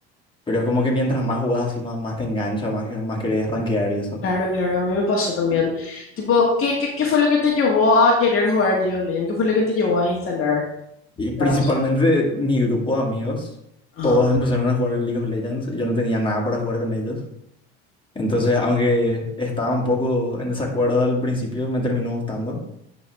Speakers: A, on the left (about 15°); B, on the left (about 45°).
A: pero es como que mientras más jugás así, más, más te engancha, más, más querés rankear y eso.
B: claro, claro, a mí me pasó también. Tipo, ¿qué, qué, qué fue lo que te llevó a querer jugar League of Legends? ¿Qué fue lo que te llevó a instalar
A: Y
B: esta
A: principalmente
B: razón?
A: mi grupo de amigos,
B: Ajá.
A: todos empezaron a jugar el League of Legends, y yo no tenía nada para jugar con ellos, entonces aunque estaba un poco en desacuerdo al principio, me terminó gustando.